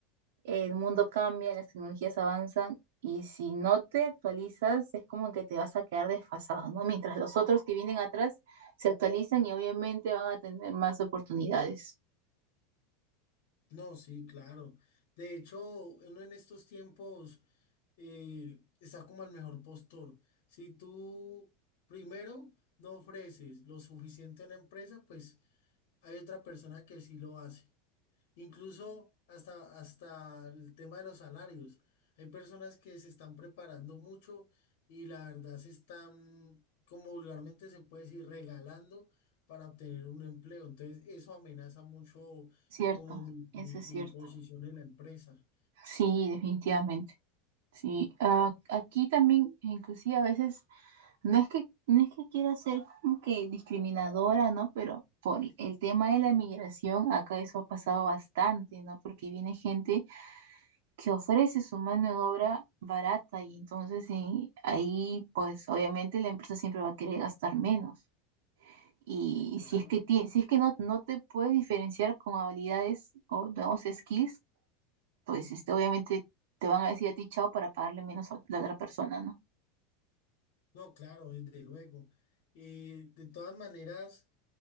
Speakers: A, on the right; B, on the left.
A: El mundo cambia, las tecnologías avanzan y si no te actualizas es como que te vas a quedar desfasado, ¿no? Mientras los otros que vienen atrás se actualizan y obviamente van a tener más oportunidades.
B: No, sí, claro. De hecho, uno en estos tiempos eh, está como el mejor postor. Si tú primero no ofreces lo suficiente a una empresa, pues hay otra persona que sí lo hace. Incluso hasta, hasta el tema de los salarios. Hay personas que se están preparando mucho y la verdad se están, como vulgarmente se puede decir, regalando para obtener un empleo. Entonces eso amenaza mucho
A: Cierto,
B: como mi,
A: eso
B: mi-
A: es
B: mi
A: cierto.
B: posición en la empresa.
A: Sí, definitivamente. Sí, Ah, aquí también inclusive a veces no es que no es que quiera ser como que discriminadora, ¿no? Pero por el tema de la migración acá eso ha pasado bastante, ¿no? Porque viene gente que ofrece su mano de obra barata y entonces eh, ahí pues obviamente la empresa siempre va a querer gastar menos. Y
B: Sí, claro.
A: si es que, tie- si es que no, no te puedes diferenciar con habilidades o digamos skills, pues este, obviamente te van a decir a ti chao para pagarle menos a la otra persona, ¿no?
B: No, claro, desde luego. Eh, de todas maneras,